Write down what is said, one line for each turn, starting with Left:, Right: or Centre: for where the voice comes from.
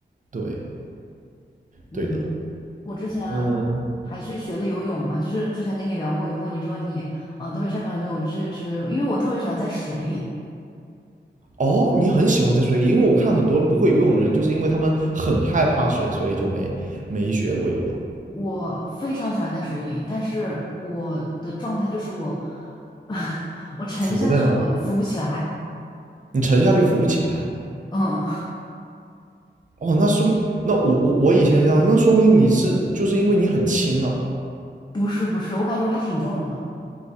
Right: 对，
Left: 嗯，
Right: 对的。
Left: 我之前还去学了游泳嘛，
Right: 嗯，
Left: 就是之前跟你聊过，以后你说你嗯、呃特别擅长游泳，我就是学了游泳，因为我特别喜欢在水里，
Right: 哦，你很喜欢在水里，因为我看很多不会游泳的人，就是因为他们很害怕水，所以就没没学过游泳，
Left: 我非常喜欢在水里，但是我的状态就是我 <laughs> 我沉下去，
Right: 浮在那，
Left: 我浮不起来。
Right: 你沉下去浮不起来。
Left: 嗯，
Right: 哦，那说明那我我我以前这样，那说明你是就是因为你很轻啊，
Left: <laughs> 不是不是，我感觉我还挺重的，